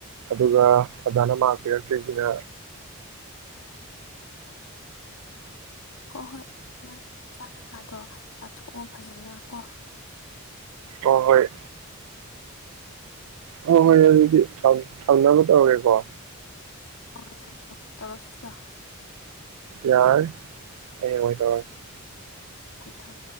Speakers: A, on the right; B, on the left.
A: ꯑꯗꯨꯒ ꯑꯙꯅ ꯃꯥꯛ ꯄꯤꯔꯛꯇꯣꯏꯁꯤꯅ
B: ꯍꯣꯏ ꯍꯣꯏ ꯅꯪ ꯆꯥꯛ ꯀꯩꯀꯥꯗꯣ ꯀꯥꯊꯣꯛꯑꯣ ꯐꯖꯅ ꯀꯣ
A: ꯑ ꯍꯣꯏ ꯍꯣꯏ ꯍꯣꯏ ꯑꯗꯨꯗꯤ ꯊꯥꯝ ꯊꯝꯅꯕ ꯇꯧꯔꯦ ꯀꯦ
B: <unintelligible> ꯇꯔꯛꯈꯤꯗꯔꯥ
A: ꯌꯥꯔꯅꯤ ꯍꯌꯦꯪ ꯑꯣꯏꯅ ꯇꯧꯔꯁꯤ
B: ꯊꯕ ꯊꯝ